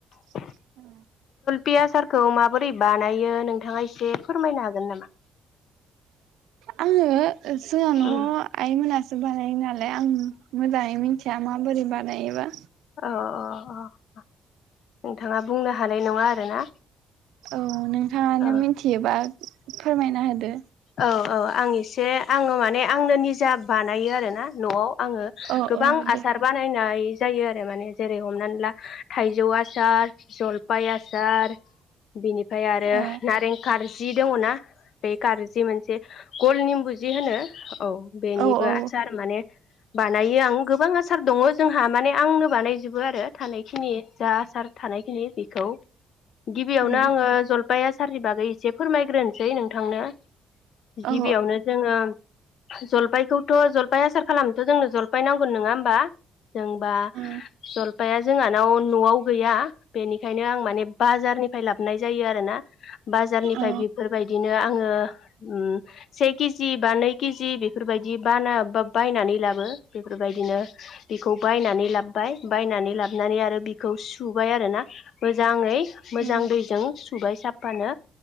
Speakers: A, on the left; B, on the right.
A: अ
B: ओम
A: बे आसारखौ माबोरै बानायो नोंथाङा एसे फोरमायनो हागोन नामा
B: आङो जोंहा नआव
A: अ
B: आइमोना <unintelligible> <unintelligible> आं मोजाङै मिथिया माबोरै बानायोबा
A: अ अ नोंथाङा बुंनो हानाय नङा आरोना
B: औ नोंथाङानो
A: औ
B: मिथियोबा फोरमायना होदो
A: औ औ आं एसे आङो माने आंनो निजा बानायो आरोना नआव आङो
B: औ
A: गोबां
B: औ दे
A: आसार बानायनाय जायो आरो माने जेरै हमनानै ला थाइजौ आसार जलफाय आसार बिनिफ्राय आरो
B: औ
A: नारें खार्जि दङ ना बे गारजि मोनसे गल निमबुजि होनो औ बेनिबो
B: औ औ
A: आसार माने बानायो आं गोबां आसार दङ जोंहा माने आंनो बानायजोबो आरो थानायखिनि जा आसार थानायखिनि बेखौ गिबियावनो
B: उम
A: आङो जलपाय आसारनि बागै एसे फोरमायग्रोनोसै नों थांनाया गिबियावनो
B: औ
A: जोङो जलफायखौथ जलफाय आसार खालामनोथ जोंनो जलफाय नांगोन नोङा होमबा जोंबा
B: औ
A: जलफाया जोंहानाव नआव गैया बेनिखायनो आं माने बाजारनिफ्राय लाब <unintelligible> जायो आरो ना बाजारनिफाय
B: औ
A: बेफोरबायदि दा आङो उम से केजि बा नै केजि बेफोरबायदि बाना बा बायनानै लाबो बेफोरबायदिनो बिखौ बायनानै लाब बाय बायनानै लाब नानै आरो बिखौ सुबाय आरो ना। मोजाङै मोजां
B: औ
A: दैजों सुबाय साफानो